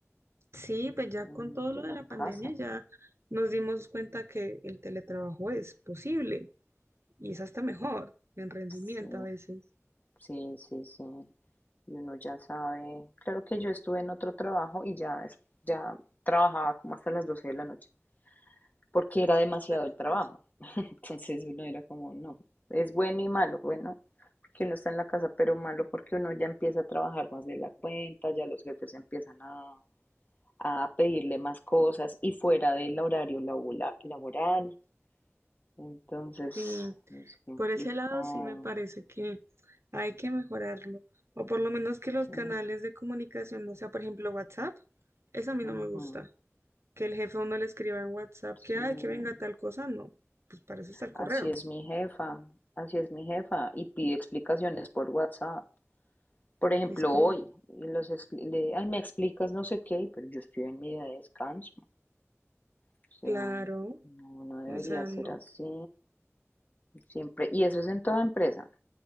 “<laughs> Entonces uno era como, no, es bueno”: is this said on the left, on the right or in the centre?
Left